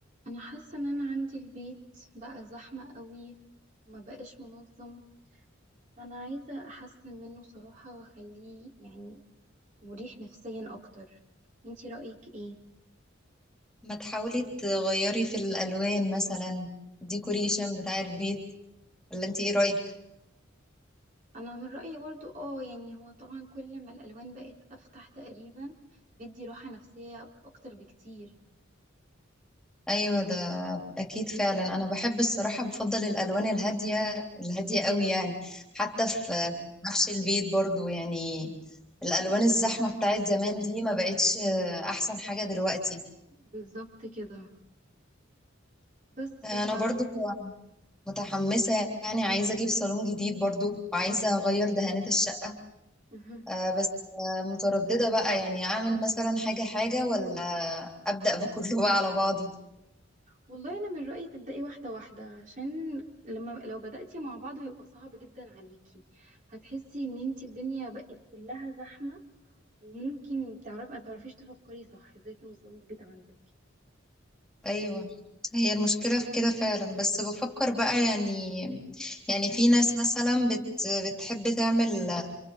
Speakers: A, on the right; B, in the centre.
A: انا حاسه ان انا عندي البيت بقى زحمه قوي وما بقاش منظم فانا عايزه احسن منه صراحه واخليه يعني مريح نفسيا اكتر انتي رايك ايه
B: ما تحاولي تغيري في الألوان مثلا ديكوريشن بتاع البيت ولا انت ايه رأيك
A: انا من رايي برضو اه يعني هو طبعا كل ما الالوان بقت افتح تقريبا بيدي راحه نفسيه اكتر بكتير
B: ايوه ده اكيد فعلا انا بحب الصراحة بفضل الألوان الهادية الهادية قوي يعني حتى
A: مهم.
B: في نفس البيت برضو يعني الألوان الزحمة بتاعت زمان دي ما بقتش احسن حاجة دلوقتي
A: بالظبط كده بس
B: انا
A: ف
B: برضو متحمسة يعني عايزة اجيب صالون جديد برضو وعايزة اغير دهانات الشقة
A: مهم.
B: آه بس آه مترددة بقى يعني أعمل مثلا حاجة حاجة ولا أبدأ بكله بقى على بعضه
A: والله انا من رايي تبداي واحده واحده عشان لما لو بداتي مع بعض هيبقى صعب جدا عليكي هتحسي ان انت الدنيا بقت كلها زحمه وممكن تعرفي ما تعرفيش تفكري صح ازاي تنظمي البيت عندك
B: أيوة هي المشكلة في كده فعلا بس بفكر بقى يعني يعني في ناس مثلا بت بتحب تعمل